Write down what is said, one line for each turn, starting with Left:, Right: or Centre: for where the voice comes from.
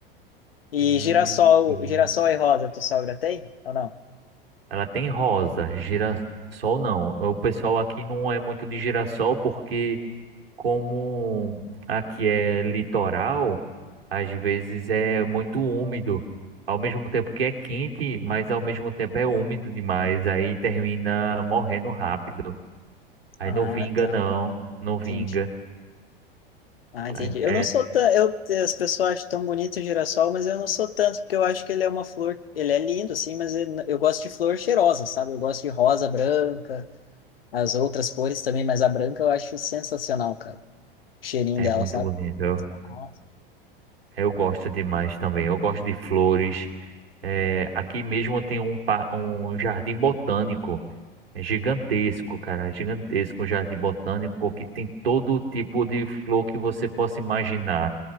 Left: E
Right: hum,
Left: girassol,
Right: sim.
Left: girassol e rosa, tua sogra tem ou não?
Right: Ela tem rosa, girassol não, o pessoal aqui não é muito de girassol porque Como aqui é litoral, às vezes é muito úmido. Ao mesmo tempo que é quente, mas ao mesmo tempo é úmido demais. Aí termina morrendo rápido. Aí
Left: Ah,
Right: não vinga,
Left: tá.
Right: não. Não
Left: Entendi.
Right: vinga.
Left: Ah, entendi.
Right: Aí
Left: Eu
Right: É,
Left: não sou tão, eu, as pessoas acham tão bonito o girassol, mas eu não sou tanto, porque eu acho que ele é uma flor, ele é lindo, assim, mas eu, eu gosto de flor cheirosa, sabe? Eu gosto de rosa, branca, as outras cores também, mas a branca eu acho sensacional, cara. O cheirinho
Right: é
Left: dela,
Right: muito
Left: sabe?
Right: bonito. Eu,
Left: Nossa.
Right: eu gosto demais também. Eu gosto de flores. É, aqui mesmo tem um, pa- um jardim botânico. É gigantesco, cara, é gigantesco, um jardim botânico que tem todo tipo de flor que você possa imaginar.